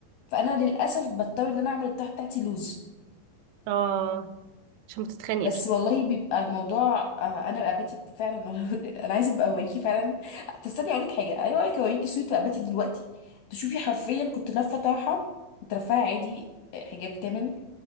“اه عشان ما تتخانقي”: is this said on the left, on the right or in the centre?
Right